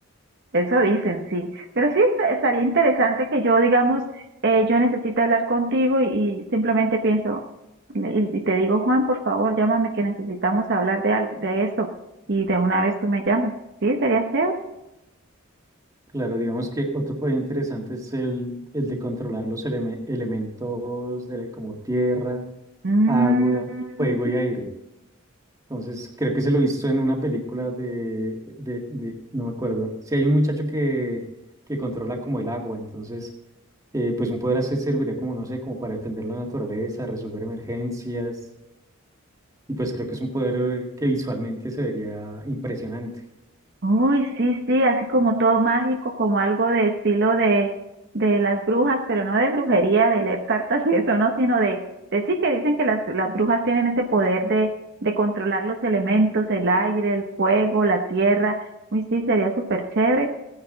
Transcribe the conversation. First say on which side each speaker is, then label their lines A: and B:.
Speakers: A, on the right; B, on the right.
A: Eso dicen, sí. Pero sí, est- estaría interesante que yo, digamos, eh, yo necesito hablar contigo y, y simplemente pienso y, y te digo, Juan, por favor, llámame que necesitamos hablar de algo, de esto. Y de una vez tú me llamas. Sí, sería chévere.
B: Claro, digamos que otro poder interesante es el, el de controlar los eleme- elementos de, la- como tierra,
A: Mm,
B: agua, fuego y aire. Entonces, creo que se lo he visto en una película de, de, de- no me acuerdo. Si hay un muchacho que, que controla como el agua, entonces, eh, pues un poder así serviría como, no sé, como para defender la naturaleza, resolver emergencias Y pues creo que es un poder que visualmente se vería impresionante.
A: Uy, sí, sí, así como todo mágico, como algo de estilo de, de las brujas, pero no de brujería, de leer cartas y eso, no, sino de, de sí que dicen que las, las brujas tienen ese poder de, de controlar los elementos, el aire, el fuego, la tierra. Uy, sí, sería súper chévere